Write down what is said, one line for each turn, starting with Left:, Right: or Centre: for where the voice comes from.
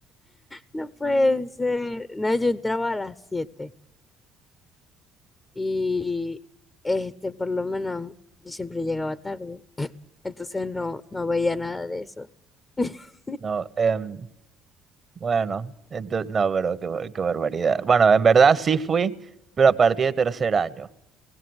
Left: no puede ser. No, yo entraba a las siete y este, por lo menos, yo siempre llegaba tarde, entonces no, no veía nada de eso. <laughs>
Right: No, em, bueno, entonces, no, pero qué, bar- qué barbaridad. Bueno, en verdad sí fui, pero a partir de tercer año.